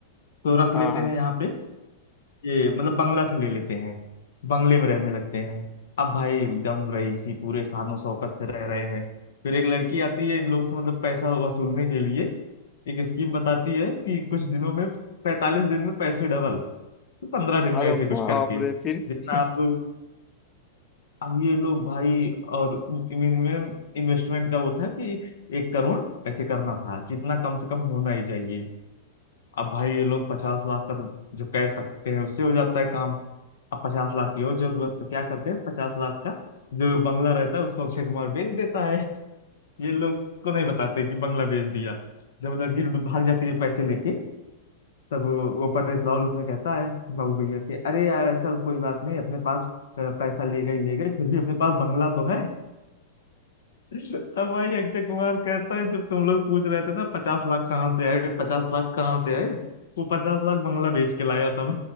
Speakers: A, on the left; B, on the left.
A: तो रख
B: हाँ
A: लेते
B: हाँ
A: हैं यहाँ पे ये मतलब बंगला फिर ले लेते हैं बंगले में रहने लगते हैं अब भाई एकदम रईसी पूरे शान शौकत से रह रहे हैं फिर एक लड़की आती है इन लोग से मतलब पैसा वसूलने के लिए एक स्कीम बताती है कि कुछ दिनों में पैंतालीस दिन में पैसे डबल तो पंद्रह दिन में
B: अरे
A: ऐसे कुछ
B: बाप
A: करके
B: रे फिर
A: जितना आप लोग अब ये लोग भाई और मिनिमम इन्वेस्टमेंट का वो था कि एक करोड़ ऐसे करना था कितना कम से कम होना ही चाहिए अब भाई ये लोग पचास लाख का तो जो कह सकते हैं उससे हो जाता है काम अब पचास लाख की हो जरूरत तो क्या करते हैं पचास लाख का जो बंगला रहता है उसको अक्षय कुमार बेच देता है ये लोग को नहीं बताते कि बंगला बेच दिया जब लड़की भाग जाती है पैसे लेके तब वो परेश रावल उसमें कहता है बाबू भैया कि अरे यार चल कोई बात नहीं अपने पास अ, पैसा ले गई ले गई फिर भी अपने पास बंगला तो है तब भाई अक्षय कुमार कहता है जब तुम लोग पूछ रहे थे ना पचास लाख कहाँ से आए पचास लाख कहाँ से आए वो पचास लाख बंगला बेच के लाया था